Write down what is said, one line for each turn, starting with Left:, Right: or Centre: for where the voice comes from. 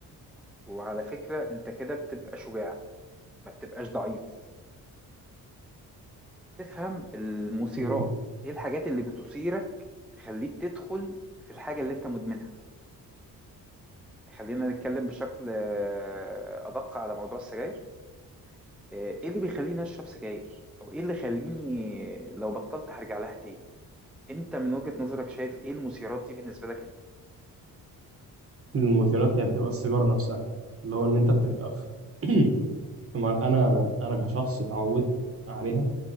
Centre: وعلى فكره انت كده بتبقى شجاع ما بتبقاش ضعيف تفهم المثيرات
Right: أمم،
Centre: ايه الحاجات اللي بتثيرك تخليك تدخل في الحاجه اللي انت مدمنها خلينا نتكلم بشكل آه، ادق على موضوع السجاير آه، ايه اللي بيخليني اشرب سجاير او ايه اللي يخليني لو بطلت هرجع لها تاني انت من وجهة نظرك شايف ايه المثيرات دي بالنسبة لك انت
Right: المثيرات هي بتبقى السيجارة نفسها اللي هو إن أنت بتبقى في <clears throat> طبعاً أنا أنا كشخص اتعودت عليها